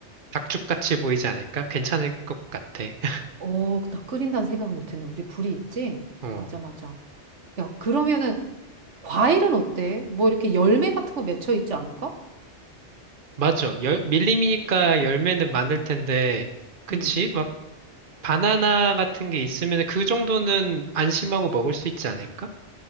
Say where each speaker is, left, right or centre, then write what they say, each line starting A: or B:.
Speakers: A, on the right (about 50°); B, on the right (about 80°).
A: 닭죽같이 보이지 않을까? 괜찮을 것 같아. <laughs>
B: 어, 나 끓인다는 생각은 못했네. 우리 불이 있지?
A: 어,
B: 맞아, 맞아. 야, 그러면은 과일은 어때? 뭐 이렇게 열매 같은 거 맺혀 있지 않을까?
A: 맞아. 열, 밀림이니까 열매는 많을 텐데, 그치?
B: 응.
A: 막 바나나 같은 게 있으면 그 정도는 안심하고 먹을 수 있지 않을까?